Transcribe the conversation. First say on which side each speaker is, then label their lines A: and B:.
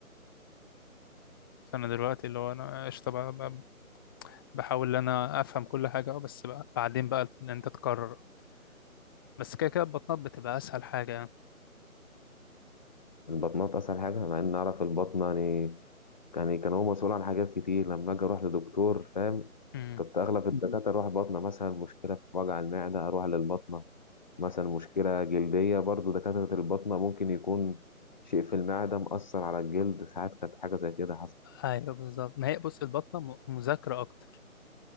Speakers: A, on the left (about 15°); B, on the left (about 30°).
A: فانا دلوقتي اللي هو انا قشطه بقى بقى بحاول ان انا افهم كل حاجه اه بس بقى بعدين بقى ان انت تكرر اكتر بس كده كده البطنه بتبقى اسهل حاجه يعني
B: البطنات أسهل حاجة مع إن أعرف البطنة يعني يعني كان هو مسؤول عن حاجات كتير لما أجي أروح لدكتور فاهم
A: امم
B: كنت أغلب الدكاترة أروح بطنة مثلا مشكلة في وجع المعدة أروح للبطنة مثلا مشكلة جلدية برضو دكاترة الباطنة ممكن يكون شيء في المعدة مأثر على الجلد ساعات كانت حاجة زي كده حصلت
A: ايوه بالظبط ما هي بص البطنه م- مذاكره اكتر